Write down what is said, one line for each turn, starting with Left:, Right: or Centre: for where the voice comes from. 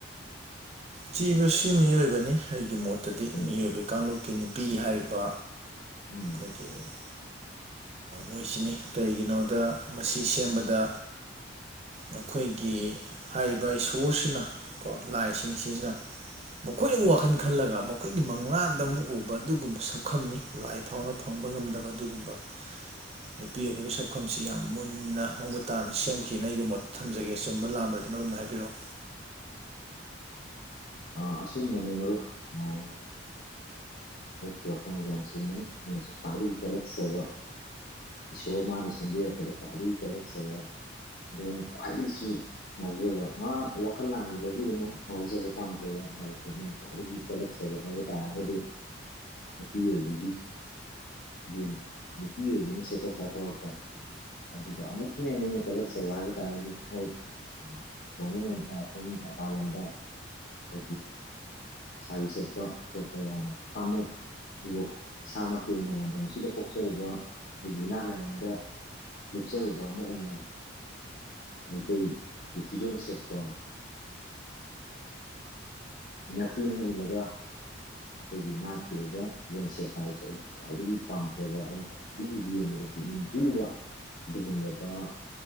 Right: ꯖꯤꯕꯁꯤ ꯃꯤꯑꯣꯏꯕꯅꯤ ꯑꯩꯒꯤ ꯃꯣꯠꯇꯗꯤ
Left: ꯎꯝ
Right: ꯃꯤꯑꯣꯏꯕ ꯀꯥꯡꯂꯨꯞꯀꯤ ꯅꯨꯄꯤ ꯍꯥꯏꯔꯤꯕ
Left: ꯎꯝ
Right: ꯑꯩꯈꯣꯏꯒꯤ ꯃꯣꯏꯁꯤꯅꯤ ꯀꯩꯒꯤꯅꯣꯗ ꯃꯁꯤ ꯁꯦꯝꯕꯗ ꯑꯩꯈꯣꯏꯒꯤ ꯍꯥꯏꯔꯤꯕ ꯏꯁꯣꯔꯁꯤꯅ ꯀꯣ ꯂꯥꯏꯁꯤꯡꯁꯤꯁꯤꯅ ꯃꯈꯣꯏꯅ ꯑꯃꯨꯛ ꯋꯥꯈꯜ ꯈꯜꯂꯒ ꯃꯈꯣꯏꯒꯤ ꯃꯪꯂꯥꯟꯗ ꯑꯃꯨꯛ ꯎꯕ ꯑꯗꯨꯒꯨꯝꯕ ꯁꯛꯐꯝꯝꯅꯤ ꯂꯥꯏ ꯐꯥꯎꯅ ꯐꯪꯕ ꯐꯪꯕ ꯉꯝꯗꯕ ꯑꯗꯨꯒꯨꯝꯕ ꯅꯨꯄꯤ ꯑꯣꯏꯕꯒꯤ ꯁꯛꯐꯝꯁꯤ ꯌꯥꯝ ꯃꯨꯟꯅ ꯃꯃꯨꯠ ꯇꯥꯅ ꯁꯦꯝꯈꯤꯅ ꯑꯩꯒꯤ ꯃꯣꯠ ꯊꯝꯖꯒꯦ ꯑ ꯆꯨꯝꯕ ꯂꯥꯥꯟꯕꯗ ꯃꯔꯣꯝꯅ ꯍꯥꯏꯕꯤꯔꯛꯑꯣ
Left: <unintelligible> ꯑ ꯑꯁꯨꯝ ꯅꯅꯦꯅꯣ ꯎ ꯀꯐꯁꯤꯔ ꯀꯂ ꯁꯕ ꯏꯁꯣꯔ ꯃꯥꯅ ꯁꯦꯝꯕꯤꯔꯛꯄꯗ ꯈ꯭ꯋꯥꯏꯗꯒꯤ ꯋꯥꯠꯂꯛꯆꯕ ꯑꯗꯨꯒ ꯑ ꯑꯣꯏꯅ ꯈ꯭ꯋꯥꯏꯗꯒꯤꯁꯨ ꯉꯥꯎꯖꯕ ꯑ ꯋꯥꯈꯜ ꯂꯥꯡꯗꯤ ꯂꯧꯕꯤꯒꯅꯨ ꯉꯥꯎꯖꯕ ꯄꯥꯝꯖꯕ ꯍꯥꯏꯀꯣꯂꯦ ꯐꯒꯦ ꯍꯥꯏꯕ ꯇꯥꯔꯒꯗꯤ ꯅꯨꯄꯤ ꯑꯣꯏꯕꯤꯁꯤ ꯁꯦꯇ ꯀꯇꯔꯄ ꯑꯗꯨꯗ ꯑꯃꯨꯛꯀ ꯍꯦꯟꯅ ꯑꯩꯅ ꯀꯂꯁꯕ ꯍꯥꯏꯕ ꯇꯥꯔꯒꯗꯤ ꯍꯣꯏ ꯁ ꯁꯨꯝ ꯃꯄꯥꯟ ꯂꯝꯗ ꯀ ꯆꯍꯤ ꯆꯄ ꯌꯥꯦ ꯐꯦ ꯑꯗꯨꯕꯨ ꯏꯁꯥꯃꯛꯀꯤ ꯑꯣꯏꯅ ꯂꯝꯗꯝꯁꯤꯗ ꯄꯣꯛꯆꯔꯨꯕ ꯑꯩꯒꯤ ꯏꯅꯥ ꯂꯥꯏꯌꯦꯡꯗ ꯂꯨꯞꯆꯔꯨꯕ ꯑꯃ ꯑꯣꯏꯅ ꯀ ꯐꯤꯖꯣꯟ ꯁꯦꯠꯄ ꯅꯁꯤ ꯑꯃ ꯏꯂꯒ ꯑꯩꯈꯣꯏꯒꯤ ꯅꯥꯠꯀꯤꯦꯒ ꯁꯦꯄꯥꯏꯁꯦ ꯑꯩ ꯈ꯭ꯋꯥꯏꯗꯒꯤ ꯄꯥꯝꯖꯕ ꯑꯩꯅ ꯈ꯭ꯋꯥꯏꯗꯒꯤ ꯌꯦꯡꯉꯗ ꯛꯅꯤꯡ ꯍꯨꯕ ꯑꯗꯨꯒꯨꯝꯂꯕ